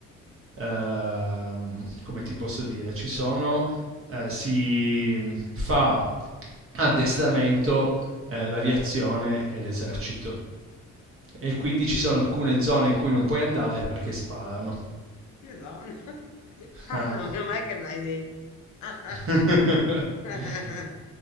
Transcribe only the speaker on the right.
ehm, come ti posso dire, ci sono eh, si fa addestramento eh, l'aviazione e l'esercito. E
quindi ci
sono alcune zone in cui non puoi andare perché sparano.
Ah.
<laughs>